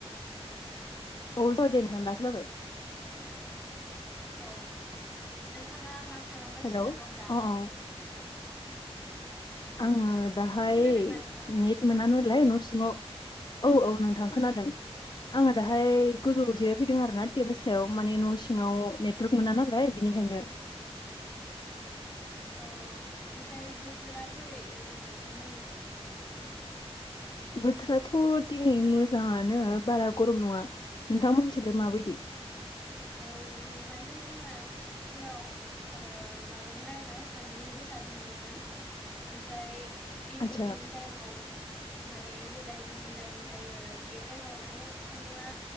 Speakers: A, on the left; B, in the centre.
A: औ जाबाय दे नोंथां दा जाबाय
B: औ नोंथाङा मा खालामगासिनो
A: हेलौ
B: दं दा?
A: अ अ आं दाहाय
B: खोनादोंना नोंथां
A: नेट मोना नालाय न' सिङाव औ औ नोंथां खोनादों आङो दाहाय गोजौआव
B: औ
A: जिरायफैदों आरोना टेरेस सायाव माने न' सिङाव नेटवर्क मोना नालाय बिनिखायनो
B: अ ओमफ्राय बोथोरा बोरै ओजों नोंथांमोननिथिं?
A: बोथोराथ' दिनै मोजाङानो बारा गरम नङा नोंथांमोनथिलाय माबायदि?
B: औ माने जोंना फुङाव ओ माबामोन आरोना सान्दुं गोसा दुंदोंमोन ओमफ्राय इभिनिं
A: आदसा
B: टाइमाव माने जेब्ला इभिनिं टाइम जायो बे टाइमाव माने सान्दुंङा